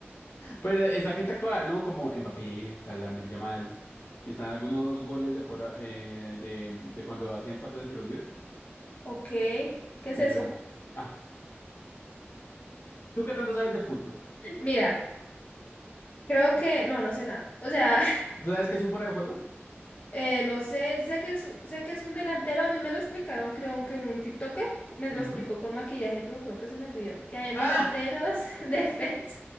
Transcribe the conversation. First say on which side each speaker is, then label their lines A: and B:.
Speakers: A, on the left (about 60°); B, on the left (about 30°).
A: Pues eh, está gente actual, ¿no? Como Mbappé, está Lamine Yamal, y están algunos goles de fuera, eh, de, de cuando hacen falta de tiro libre.
B: ok. ¿Qué es
A: Y
B: eso?
A: yo, ah, ¿tú qué tanto sabes de fútbol?
B: Mira, creo que no, no sé nada. O sea,
A: ¿Tú sabes qué es un fuera de juego?
B: <laughs> eh, no sé, sé que es, sé que es un delantero. A mí me lo explicaron, creo que un TikToker me
A: Ujú.
B: lo explicó con maquillaje, pero creo que se me olvidó. Que habían
A: Ah,
B: delanteros, <laughs> defensa.